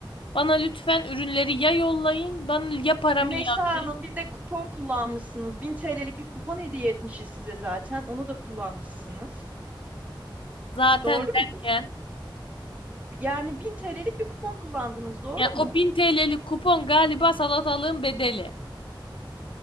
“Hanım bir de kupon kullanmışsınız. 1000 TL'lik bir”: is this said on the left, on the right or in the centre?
Right